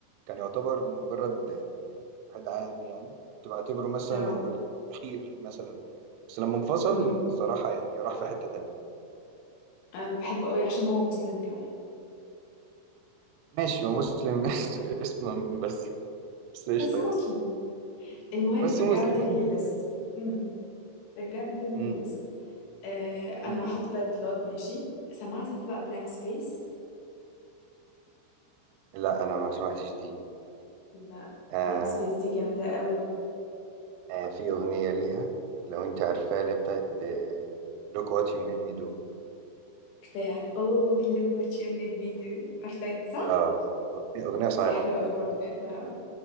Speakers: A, on the right; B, on the left.
A: كان يعتبر مجرد آه، يعني واحد عادي يعني كنت بعتبره مثلا
B: اه
A: هو الأخير مثلا فيهم بس لما انفصل
B: امم
A: صراحة يعني راح في حتة تانية
B: انا بحبه قوي عشان هو مسلم كمان
A: ماشي هو مسلم بس <laughs> اسما بس بس قشطة
B: بس مسلم
A: يعني
B: المهم
A: بس
B: رجعنا
A: مسلم
B: تاني للليست امم رجعنا تاني
A: امم
B: للليست آه، انا
A: امم
B: هحط باد بلود ماشي سمعت انت بقى بلانك سبيس
A: لا أنا ما سمعتش دي
B: لا
A: آه
B: بلانك سبيس دي جامدة قوي
A: آه في أغنية ليها لو أنت عارفاها اللي هي بتاعت آه Look what you made me do
B: عارفاها اوه look what you made me do عارفاها صح
A: اه أغنية أغنية صايعة
B: دي حلوة قوي برضو بحبها قوي